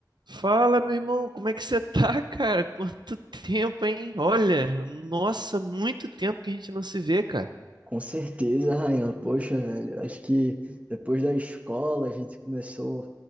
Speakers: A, on the right (about 80°); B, on the right (about 20°).
A: Fala, meu irmão, como é que você tá, <laughs> cara? Quanto tempo, hein? Olha, nossa, muito tempo que a gente não se vê, cara.
B: Com certeza, Rayan. Poxa, velho, acho que depois da escola a gente começou